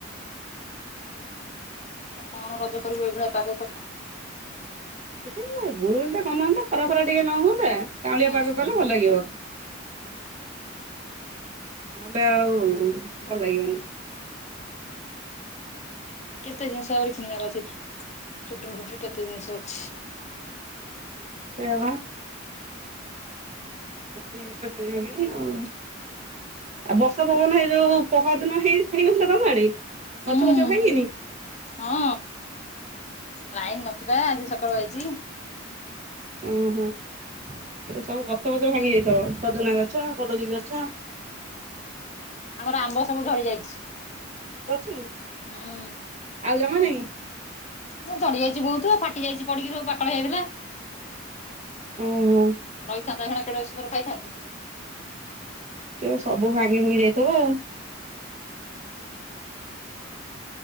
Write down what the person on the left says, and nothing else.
କଣ ରଜ କରିବୁ ଏଇଭଳିଆ ପାଗ କଲେ।
ହୁଁ
କେତେ ଜିନିଷ ଆହୁରି କିଣିବାର ଅଛି ଚୁଟରୁ ଫୁଟରୁ କେତେ ଜିନିଷ ଅଛି।
ହୁଁ
ହଁ! ଲାଇନ ନଥିଲା ଆଜି ସକାଳୁ ଆଇଚି।
ଆମର ଆମ୍ବ ସବୁ ଝଡି ଯାଇଛି।
ହୁଁ।
ହଁ ଚଡି ଯାଇ ବୋଉତୁ ଫାଟି ଯାଇଚି ପଡିକି ସବୁ ପାକଳ ହେଇଯାଇଥିଲା।
ରହିଥାନ୍ତା ଏଇକ୍ଷୀଣା କେଡେ ସୁନ୍ଦର ଖାଇଥାନ୍ତୁ।